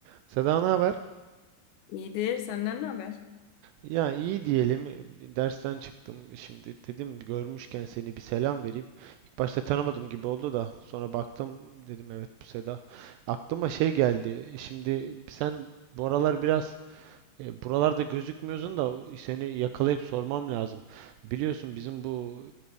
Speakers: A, on the right; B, on the left.
A: Seda ne haber?
B: İyidir. Senden ne haber?
A: Ya iyi diyelim. Bir Dersten çıktım şimdi. Dedim görmüşken seni bir selam vereyim. İlk başta tanımadım gibi oldu da sonra baktım dedim evet bu Seda. Aklıma şey geldi. Şimdi sen bu aralar biraz e, buralarda gözükmüyorsun da seni yakalayıp sormam lazım. Biliyorsun bizim bu